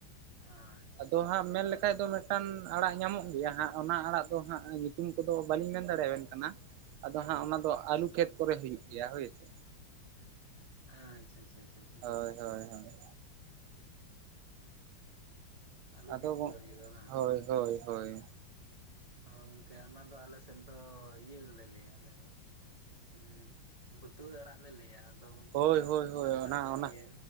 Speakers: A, on the right (about 40°); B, on the right (about 90°).
A: ᱟᱪᱪᱷᱟ
B: ᱟᱫᱚ
A: ᱟᱪᱪᱷᱟ
B: ᱦᱟᱸᱜ ᱢᱮᱱᱞᱠᱷᱟᱡ ᱫᱚ ᱢᱤᱫ ᱢᱤᱫᱴᱟᱱ ᱟᱲᱟᱜ ᱧᱟᱢᱚᱜ ᱜᱮᱭᱟ ᱦᱟᱸᱜ ᱚᱱᱟ ᱟᱲᱟᱜ ᱫᱚ ᱦᱟᱸᱜ ᱧᱩᱛᱩᱢ ᱠᱚᱫᱚ ᱵᱟᱹᱞᱤᱧ ᱢᱮᱱ ᱫᱟᱲᱮᱭᱟᱵᱮᱱ ᱠᱟᱱᱟ᱾ ᱟᱫᱚ
A: ᱦᱩᱸ
B: ᱦᱟᱸᱜ ᱚᱱᱟ ᱫᱚ ᱟᱹᱞᱩ ᱠᱷᱮᱛ ᱠᱚᱨᱮ ᱦᱩᱭᱩᱜ ᱜᱮᱭᱟ ᱦᱳᱭ ᱥᱮ᱾
A: ᱟ ᱟᱪᱪᱷ ᱟᱪᱷᱟ᱾
B: ᱦᱳᱭ ᱦᱳᱭ ᱦᱳᱭ᱾
A: ᱟᱹᱞᱩ
B: ᱟᱫᱚ
A: ᱠᱷᱮᱛ ᱠᱚᱨᱮ ᱦᱩᱭᱩᱜᱼᱟ ᱵᱟᱝ
B: ᱦᱳᱭ ᱦᱳᱭ ᱦᱳᱭ᱾
A: ᱜᱚᱝᱠᱮ ᱚᱱᱟ ᱫᱚ ᱟᱞᱮ ᱥᱮᱫ ᱫᱚ ᱤᱭᱟᱹ ᱜᱮᱞᱮ ᱞᱟᱹᱭᱟ ᱟᱞᱮ ᱫᱚ ᱦᱮ᱾ ᱵᱟᱹᱛᱩᱣᱟᱹ ᱟᱲᱟᱜ ᱞᱮ ᱞᱟᱹᱭᱟ ᱟᱫᱚ ᱜᱚᱝᱠᱮ
B: ᱦᱳᱭ
A: ᱚᱠᱟ
B: ᱦᱳᱭ
A: ᱥᱮᱫ
B: ᱦᱳᱭ
A: ᱚᱠᱟ ᱚᱠᱟ
B: ᱚᱱᱟ
A: ᱠᱚ
B: ᱚᱱᱟ
A: ᱞᱟᱹᱭᱟ᱾